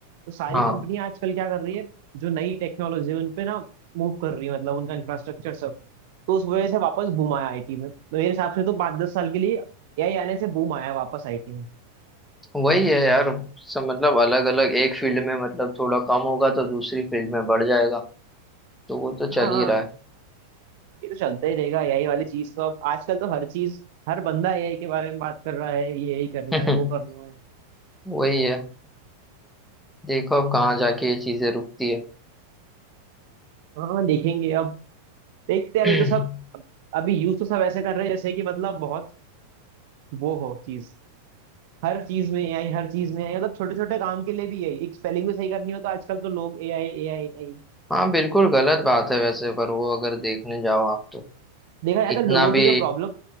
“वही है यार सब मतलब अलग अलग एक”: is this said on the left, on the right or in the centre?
Centre